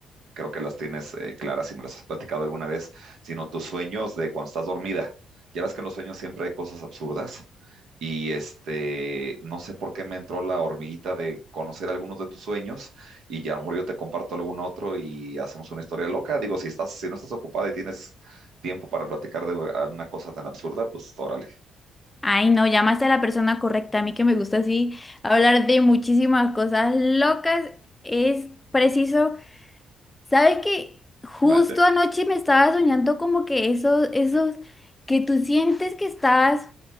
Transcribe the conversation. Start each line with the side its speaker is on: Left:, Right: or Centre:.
Right: creo que las tienes eh, claras si me las has platicado alguna vez, sino tus sueños de cuando estás dormida. Ya ves que en los sueños siempre hay cosas absurdas y este, no sé por qué me entró la hormiguita de conocer algunos de tus sueños y ya a lo mejor yo te comparto algún otro y hacemos una historia loca. Digo, si estás, si no estás ocupada y tienes tiempo para platicar de una cosa tan absurda, pues órale.
Left: Ay, no, llamaste a la persona correcta. A mí que me gusta así hablar de muchísimas cosas locas. Es preciso. ¿Sabes que Justo
Right: grande
Left: anoche me estaba soñando como que esos, esos que tú sientes que estás